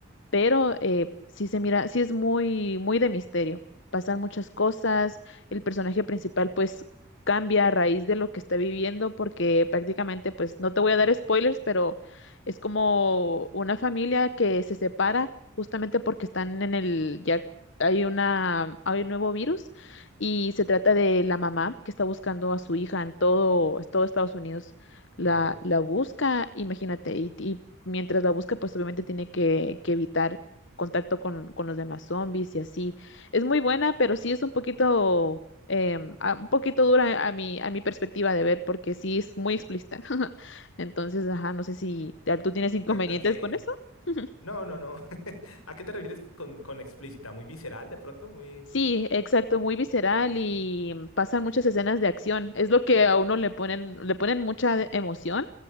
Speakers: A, on the left; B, on the left.
A: pero eh, sí se mira, sí es muy, muy de misterio. Pasan muchas cosas, el personaje principal pues cambia a raíz de lo que está viviendo, porque prácticamente pues no te voy a dar spoilers, pero es como una familia que se separa justamente porque están en el, ya hay una, hay un nuevo virus y se trata de la mamá que está buscando a su hija en todo, es todo Estados Unidos. La,
B: Ok.
A: la busca, imagínate, y, y mientras la busca, pues obviamente tiene que, que evitar contacto con, con los demás zombies y así. Es muy buena, pero sí es un poquito, em, a- un poquito dura a mi, a mi perspectiva de ver, porque sí es muy explícita. <laughs> Entonces, ajá, no sé si ¿tú tienes inconvenientes
B: ¿A, a qué?
A: con eso? <laughs>
B: No, no, no. <laughs> ¿A qué te refieres con, con explícita? ¿Muy visceral de pronto? Muy...
A: Sí, exacto, muy visceral y pasan muchas escenas de acción. Es lo que a uno le ponen, le ponen mucha de- emoción,